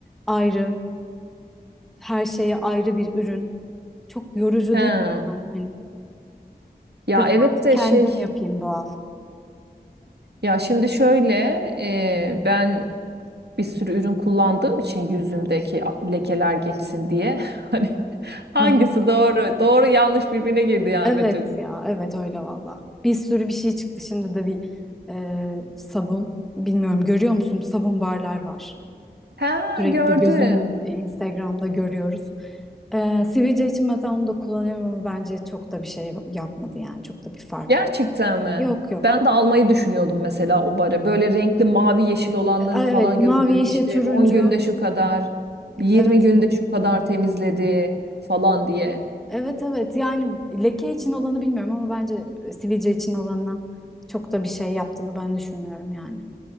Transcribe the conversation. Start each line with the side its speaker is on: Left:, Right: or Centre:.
Centre: ayrı, her şeye ayrı bir ürün. Çok yorucu
Right: He.
Centre: değil mi yani hani?
Right: Ya
Centre: Dedim
Right: evet
Centre: artık
Right: de
Centre: kendim
Right: şey.
Centre: yapayım doğal.
Right: Ya şimdi şöyle e, ben bir sürü ürün kullandığım için yüzümdeki lekeler geçsin diye. <laughs> Hani hangisi
Centre: Hı hı.
Right: doğru? Doğru yanlış birbirine girdi yani
Centre: Evet
Right: Betül.
Centre: ya evet öyle valla. Bir sürü bir şey çıktı şimdi de bir e, sabun. Bilmiyorum görüyor musun sabun barlar var.
Right: Ha
Centre: Sürekli
Right: gördüm.
Centre: gözümün e, Instagram'da görüyoruz. Ee, sivilce için mesela onu da kullanıyorum ama bence çok da bir şey yapmadı yani çok da bir fark
Right: Gerçekten
Centre: yok.
Right: mi?
Centre: Yok yok.
Right: Ben de almayı düşünüyordum mesela o bara. Böyle renkli mavi yeşil olanlarını
Centre: Aa,
Right: falan
Centre: Evet mavi,
Right: gördüm.
Centre: yeşil,
Right: İşte
Centre: turuncu.
Right: 10 günde şu kadar, yirmi
Centre: Evet
Right: günde şu kadar temizledi falan diye.
Centre: evet evet yani leke için olanı bilmiyorum ama bence e, sivilce için olanına çok da bir şey yaptığını ben düşünmüyorum yani.